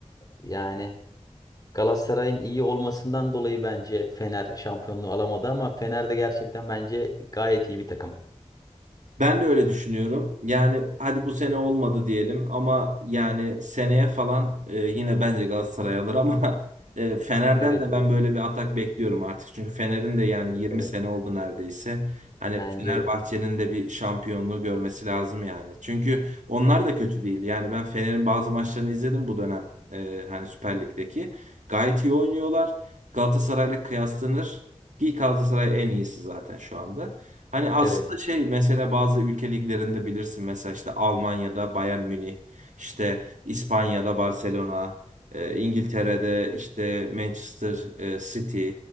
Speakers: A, on the left (about 30°); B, on the right (about 80°).
A: yani Galatasaray'ın iyi olmasından dolayı bence Fener şampiyonluğu alamadı ama Fener de gerçekten bence gayet iyi bir takım.
B: Ben de öyle düşünüyorum. Yani hadi bu sene olmadı diyelim ama yani seneye falan e, yine bence Galatasaray alır ama <laughs> e, Fener'den
A: Evet,
B: de
A: evet,
B: ben böyle bir atak bekliyorum artık. Çünkü Fener'in de yani
A: evet,
B: 20
A: evet.
B: sene oldu neredeyse. Hani
A: Bence
B: Fenerbahçe'nin
A: de.
B: de bir şampiyonluğu görmesi lazım yani. Çünkü onlar da kötü değil. Yani ben Fener'in bazı maçlarını izledim bu dönem. E, hani Süper Lig'deki. Gayet iyi oynuyorlar. Galatasaray'la kıyaslanır. Ki Galatasaray en iyisi zaten şu anda. Hani aslında
A: Evet.
B: şey mesela bazı ülke liglerinde bilirsin mesela işte Almanya'da Bayern Münih, işte İspanya'da Barcelona, e, İngiltere'de işte Manchester e, City